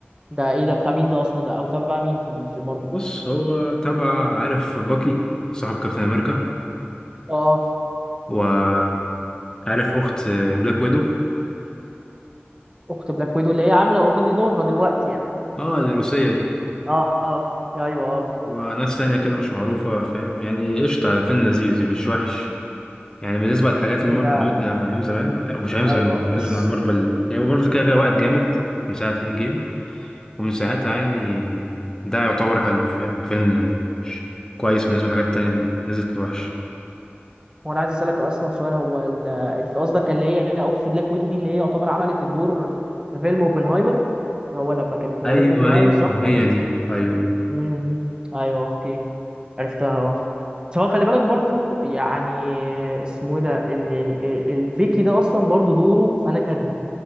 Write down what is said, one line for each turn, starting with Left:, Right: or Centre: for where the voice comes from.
Right: ده ايه ده بتاع مين ده اصلا ده او تبع مين في ال- في المارفل
Left: بص هو تبع عارف باكي صاحب كابتن امريكا
Right: اه
Left: وعارف اخت بلاك ويدو
Right: اخت بلاك ويدو اللي هي عامله اوريدي دورها دلوقتي يعني
Left: اه الروسية دي
Right: اه اه ايوه اه
Left: وناس تانية كده مش معروفة فاهم يعني قشطة فيلم لذيذ مش وحش يعني بالنسبة للحاجات اللي
Right: هي
Left: مارفل عملتها أيام زمان أو مش أيام زمان
Right: ايوه
Left: بالنسبة
Right: بس
Left: لمارفل هي مارفل كده كده وقت جامد من ساعة إند جيم ومن ساعتها يعني ده يعتبر حلو فاهم الفيلم ش- كويس بالنسبة لحاجات تانية اللي نزلت الوحش
Right: وانا عايز اسالك اصلا سؤال هو ال- انت قصدك اللي هي اخت بلاك ويدو دي اللي هي يعتبر عملت الدور في فيلم اوبنهايمر هو لما كانت موجوده
Left: أيوة
Right: في اوبنهايمر
Left: أيوة
Right: صح ولا
Left: هي دي أيوة
Right: امم ايوه اوكي عرفتها اه سواء خلي بالك برضو يعني اسمه ايه ده ال- يعني البيكي ده اصلا برضو دوره انا كارهه